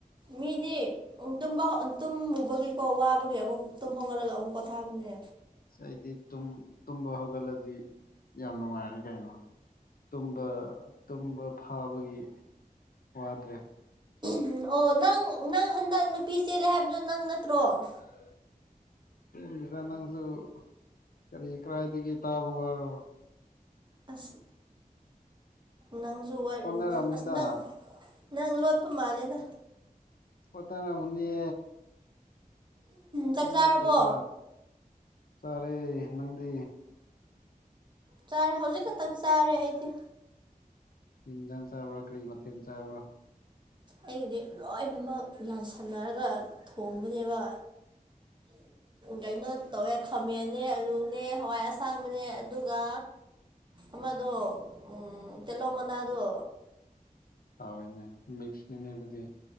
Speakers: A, on the right; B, on the left.
A: ꯃꯤꯗꯤ ꯎꯝ ꯇꯨꯝꯕ ꯇꯨꯝꯃꯨꯕꯒꯤꯀꯣ ꯋꯥꯕꯒꯤ ꯑꯃꯨꯛ ꯇꯨꯝ ꯍꯧꯒꯠꯂꯒ ꯑꯃꯨꯛ ꯄꯣꯊꯥꯕꯅꯦ
B: ꯑꯩꯗꯤ ꯇꯨꯝ ꯇꯨꯝꯕ ꯍꯧꯒꯠꯂꯗꯤ ꯌꯥꯝ ꯅꯨꯡꯉꯥꯏꯔꯦ ꯀꯩꯅꯣ ꯇꯨꯝꯕ ꯇꯨꯝꯕ ꯐꯥꯕꯒꯤ ꯋꯥꯗ꯭ꯔꯦ
A: ꯎꯝ ꯑꯣ ꯅꯪ ꯅꯪ ꯍꯟꯗꯛ ꯅꯨꯄꯤ ꯆꯦꯜꯂꯦ ꯍꯥꯏꯕꯗꯣ ꯅꯪ ꯅꯠꯇ꯭ꯔꯣ
B: <inaudible> ꯁꯦꯝꯗꯩꯗ ꯅꯪꯁꯨ ꯀꯔꯤ ꯀꯔꯤ ꯀꯔꯥꯏꯗꯒꯤ ꯇꯥꯕ ꯋꯥꯔꯣ
A: ꯑꯁ ꯅꯪꯁꯨ ꯋꯥꯔ
B: ꯍꯣꯠꯅꯔꯝꯅꯤꯗ
A: ꯑꯁ ꯅꯪ ꯅꯪ ꯂꯣꯠꯄ ꯃꯥꯜꯂꯦꯗ
B: ꯄꯣꯇ꯭ꯔꯔꯝꯃꯨꯅꯦ ꯑꯩ
A: ꯆꯥꯛ ꯆꯥꯔꯕꯣ
B: ꯅꯠꯇꯦꯗ ꯆꯥꯔꯦ ꯅꯪꯗꯤ
A: ꯆꯥꯔꯦ ꯍꯧꯖꯤꯛ ꯈꯛꯇꯪ ꯆꯥꯔꯦ ꯑꯩꯗꯤ
B: ꯀ꯭ꯔꯤ ꯏꯟꯖꯥꯡ ꯆꯥꯕ꯭ꯔꯥ ꯀꯔꯤ ꯃꯊꯦꯜ ꯆꯥꯕ꯭ꯔꯥ
A: ꯑꯩꯒꯤꯗꯤ ꯂꯣꯏꯅꯃꯛ ꯌꯥꯟꯁꯟꯅꯔꯒ ꯊꯣꯡꯕꯅꯦꯕ ꯀꯩꯅꯣ ꯇꯧꯋꯦ ꯈꯥꯃꯦꯟꯅꯦ ꯑꯂꯨꯅꯦ ꯍꯋꯥꯏ ꯑꯁꯥꯡꯕꯅꯦ ꯑꯗꯨꯒ ꯑꯃꯗꯣ ꯎꯪ ꯇꯤꯂꯧ ꯃꯅꯥꯗꯣ
B: ꯍꯥꯎꯔꯦꯅꯦ ꯃꯤꯛꯁꯅꯤꯅꯦ ꯑꯗꯨꯗꯤ